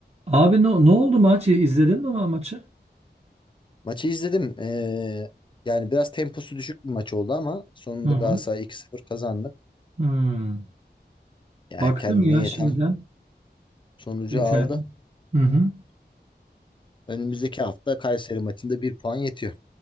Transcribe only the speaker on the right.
Abi ne, ne oldu maç? İzledin mi ma- maçı?
Hı hı.
Hmm.
Baktım
ya
şeyden
internet.
Hı hı.